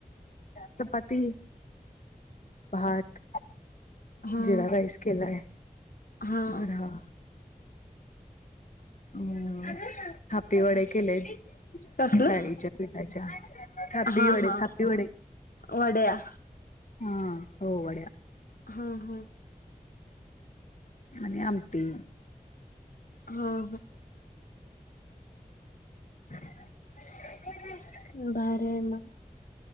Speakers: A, on the left; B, on the left.
A: चपाती. भात,
B: हा
A: जिरा राईस केलाय
B: हा
A: जरा. हम्म, थापी वड्या केल्यात.
B: कसलं
A: डाळीच्या पिटाच्या थापी
B: हा
A: वडे,
B: हा
A: थापी वडे.
B: वड्या.
A: हा, हो वड्या.
B: हा, हा.
A: आणि आमटी.
B: हा, हा.
A: <unintelligible>
B: भारी हाय मग